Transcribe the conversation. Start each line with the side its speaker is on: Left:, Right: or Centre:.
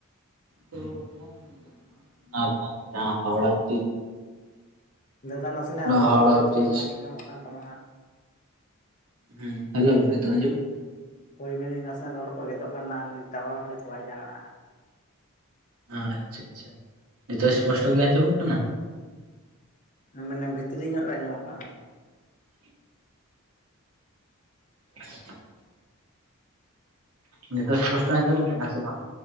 Right: ᱛᱚ ᱚᱱᱟ ᱦᱚᱸ ᱢᱮᱱ ᱜᱟᱱᱚᱜᱼᱟ ᱚᱱᱟ ᱨᱮᱱᱟᱜ ᱡᱟᱦᱟᱸ ᱦᱟᱣᱲᱟ ᱵᱤᱨᱤᱡᱽ
Left: ᱫᱟᱫᱟ ᱱᱟᱥᱮᱱᱟᱜ ᱨᱚᱲ
Right: ᱦᱟᱣᱲᱟ
Left: ᱠᱤᱛᱷᱩ
Right: ᱵᱨᱤᱡᱽ
Left: ᱵᱟᱝ ᱟᱸᱧᱟᱢᱚᱜ ᱠᱟᱱ ᱛᱟᱢᱟ ᱦᱟᱸᱜ᱾
Right: ᱦᱩᱸ ᱦᱮᱞᱚ ᱱᱤᱛᱚᱜ ᱟᱸᱡᱚᱢᱚᱜ ᱠᱟᱱᱟ?
Left: ᱦᱚᱭ ᱢᱮᱱᱮᱫᱟᱹᱧ ᱱᱟᱥᱮᱱᱟᱜ ᱨᱚᱲ ᱠᱚ ᱜᱮᱫᱚᱜ ᱠᱟᱱᱟ ᱴᱟᱣᱟᱨ ᱦᱚᱭᱛᱚ ᱵᱟᱭ ᱧᱟᱢᱮᱼᱟ ᱦᱟᱸᱜ᱾
Right: ᱟᱪᱷᱟ ᱟᱪᱷᱟ ᱱᱤᱛᱚᱜ ᱮᱥᱯᱚᱥᱴᱚ ᱜᱮ ᱟᱸᱡᱚᱢᱚᱜ ᱠᱟᱱᱟ
Left: ᱢᱟᱱᱮ ᱵᱷᱤᱛᱨᱤ ᱧᱚᱜ ᱜᱮ ᱟᱸᱡᱚᱢᱚᱜ ᱠᱟᱱᱟ᱾
Right: <inaudible> <inaudible> ᱱᱤᱛᱚᱜ ᱮᱥᱯᱚᱥᱴᱚ ᱟᱸᱡᱚᱢᱚᱜ ᱠᱟᱱᱟ ᱥᱮ ᱵᱟᱝ?